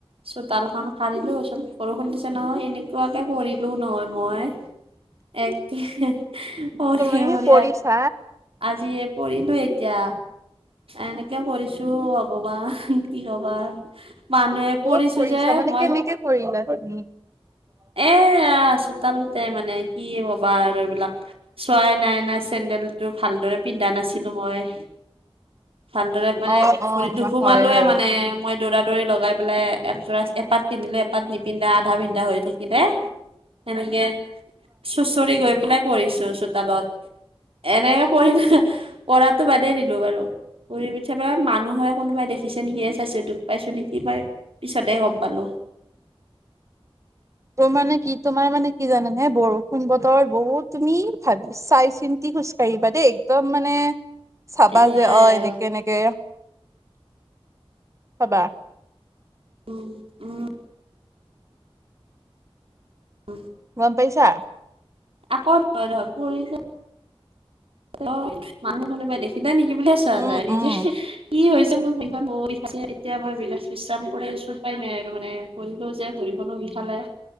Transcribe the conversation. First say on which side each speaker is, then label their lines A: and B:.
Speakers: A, on the right; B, on the right.
A: চোতালখন সাৰিলো ছত, বৰষুণ দিছে নহয় এনেকুৱাকে কৰিলো নহয় মই। একে, অ',
B: তুমি
A: দিয়া হব দিয়া।
B: কৰিছা
A: আজি এ পৰিলো এতিয়া। এনেকে কৰিছো, অ', ভগৱান কি কবা। মানুহে
B: ক'ত
A: পৰিছোঁ
B: কৰিছা
A: যে
B: মানে
A: মই
B: কেনেকে কৰিলা তুমি?
A: এয়া চোতালতে মানে কি কবা আৰু এইবিলাক। চোৱাই নাই নাই চেণ্ডেলটো ভালদৰে পিন্ধা নাছিলো মই। ভালদৰে মানে,
B: অ অ
A: ভৰিত দুখু
B: হয়
A: পালোঁ
B: বাৰু।
A: মানে মই দৌৰা দৌৰি লগাই পেলাই এজৰা এপাত পিন্ধিলে এপাত নিপিন্ধা আধা পিন্ধা হৈ থাকিলে, সেনেকে চুচ চৰি গৈ পেলাই পৰিছো চোতালত। এনেকে পৰিলো, পৰাতো বাদেই দিলো বাৰু। ঘুৰি পিঠাবা মানুহে কোনোবাই দেখিছোঁ নেকি চাইছো দুখ পাইছো নেকি পাই। পিছত হে গম পালো।
B: তোৰ মানে কি তোমাৰ মানে কি জানে নে বৰষুণ বতৰত বহুত তুমি, ভাব চাই চিন্তি খোজ কঢ়িবা দেই একদম মানে চাবা
A: এয়াই
B: যে অ',
A: আৰু
B: এনেকে এনেকে, চাবা।
A: উম, উম, উম,
B: গম পাইচা?
A: আকৌ <unintelligible> নহয়, পৰিছোঁ। অ, ' মানুহ কোনোবাই দেখিলে নেকি বুলিহে চোৱা
B: উম
A: নাই নিজে
B: উম
A: কি হৈছে মোৰ ভৰি খন মইয়ো এতিয়া মই বিশ-বিশ্ৰাম কৰি আছোঁ তাই নাই আৰু মানে ভৰিটোও যে ভৰিখনো বিশালে।